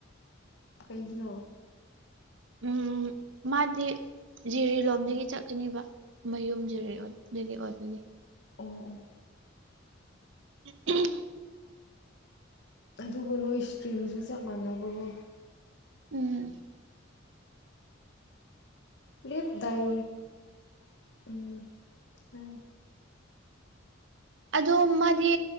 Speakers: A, on the left; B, on the right.
A: ꯀꯩꯒꯤꯅꯣ
B: ꯎꯝ ꯃꯥꯗꯤ ꯖꯤꯔꯤ ꯂꯣꯝꯗꯒꯤ ꯆꯠꯀꯅꯤꯕ ꯃꯌꯨꯝ ꯖꯤꯔꯤ ꯂꯣꯝꯗꯒꯤ ꯑꯣꯏꯕꯒꯤ
A: ꯑꫭ ꯑꫭ
B: <unintelligible>
A: ꯑꯗꯨꯕꯨ ꯅꯣꯏ ꯁꯇ꯭ꯔꯤꯝꯁꯨ ꯆꯞ ꯃꯥꯟꯅꯕꯀꯣ
B: ꯎꯝ
A: ꯂꯦꯞꯗꯥꯏ <unintelligible>
B: ꯑꯗꯣ ꯃꯥꯗꯤ